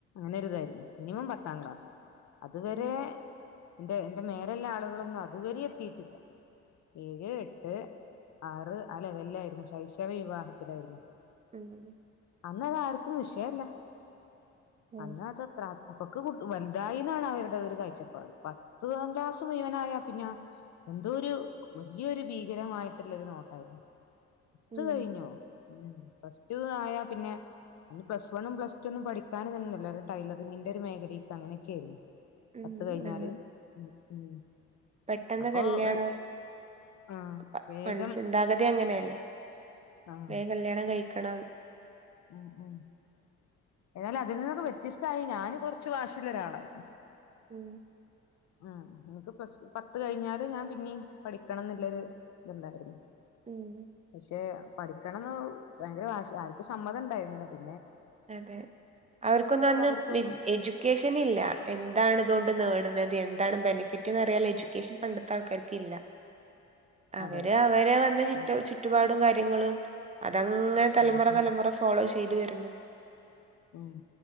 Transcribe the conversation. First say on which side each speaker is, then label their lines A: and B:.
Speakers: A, on the left (about 65°); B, on the right (about 25°).
A: ആനെരി ഇതായിരുന്നു മിനിമം പത്താം ക്ലാസ് അതുവരെ
B: ഉം
A: എന്റെ എന്റെ മേരെല്ലാ ആളുകളൊന്നും അതുവരെ എത്തിട്ടില്ല ഏഴ് എട്ട് ആറ് അല്ലെ വല്ലായിരുന്നു ശൈശവ വിവാഹത്തില്ലായിരുന്ന
B: ഉം
A: അന്ന അത് ആർക്കും വിഷയല്ല
B: ഉം
A: അന്നത് ത്ര അപ്പൊക്ക വലുതായിന്നാണ് അവരുടേതൊരു കഴിച്ചപ്പാട് പത്താം ക്ലാസ്സ്‌ മുഴുവനായ പിന്നെ എന്തോ ഒരു വലിയൊരു ഭീകരമായിട്ടുള്ളരു നോട്ടായിരുന്നു പത്ത്
B: ഉം
A: കഴിഞ്ഞോ ഉം പ്ലസ് ടു ആയാ പിന്നെ അന്ന് പ്ലസ് വണ്ണും പ്ലസ് ടു പഠിക്കാനും നിന്നില്ല ടൈലറിങ്ങിന്റെ ഒരു മേഖലക്ക് അങ്ങനെയൊക്കെ ആയിരുന്നു
B: ഉം
A: പത്ത് കഴിഞ്ഞാല്
B: അതെ
A: ഉം
B: പെട്ടെന്ന്
A: അപ്പൊ
B: കല്ലിയാണം
A: ഒരു ആഹ്
B: <unintelligible>
A: വേഗം
B: ചിന്താഗതി അങ്ങനെയല്ലേ
A: ആഹ്
B: വേഗം കല്യാണം കഴി ക്കണം
A: ഉം ഉം എന്നാൽ അതിൽ നിന്നൊക്കെ വ്യത്യസ്തമായി ഞാനൻ കുറച്ച് വാശിയുള്ള ഒരാളായിരുന്നു
B: ഉം
A: ഉം നിനക്ക് പ്ലസ് പത്ത് കഴിഞ്ഞാല് ഞാൻ പിന്നെ പഠിക്കണം എന്നുള്ളരു ഇത്ണ്ടായിരുന്നു
B: ഉം
A: പക്ഷേ പഠിക്കണം എന്ന് ഭയങ്കര വാശി സമ്മത ഇണ്ടായിരുന്നു നിനക്ക്
B: അതെ അവർക്കൊന്നും
A: അത്
B: അന്ന്
A: അവർക്കൊക്കെ
B: എജ്യൂക്കേഷൻ ഇല്ല എന്താണ്തുകൊണ്ട് നേട്ന്നത് അതാണ് <unintelligible> എഡ്യൂക്കേഷൻ പണ്ടത്തെ ആൾക്കാർക്ക് ഇല്ല അവര്
A: അതെ അതെ
B: അവര് വന്ന ചുറ്റ്
A: ഉം
B: ചുറ്റുപാടും കാര്യങ്ങളും അതങ്ങനെ തലമുറ
A: ഉം
B: തലമുറ
A: ഉം
B: ഫോളോ ചെയ്ത് ചെയ്തു വരുന്നു
A: ഉം